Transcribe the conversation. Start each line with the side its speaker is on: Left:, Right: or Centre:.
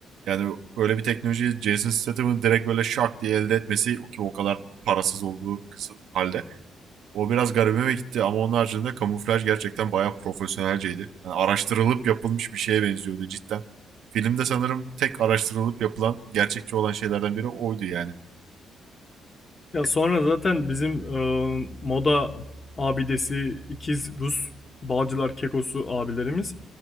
Right: Yani öyle bir teknolojiyi Jason Statham'ın direkt böyle şak diye elde etmesi ki o kadar parasız olduğu kısım halde. O biraz garibime gitti ama onun haricinde kamuflaj gerçekten bayağı profesyonelceydi. Yani araştırılıp yapılmış bir şeye benziyordu cidden. Filmde sanırım tek araştırılıp yapılan, gerçekçi olan şeylerden biri oydu yani.
Left: Ya sonra zaten bizim e, moda abidesi ikiz Rus Bağcılar Kekosu abilerimiz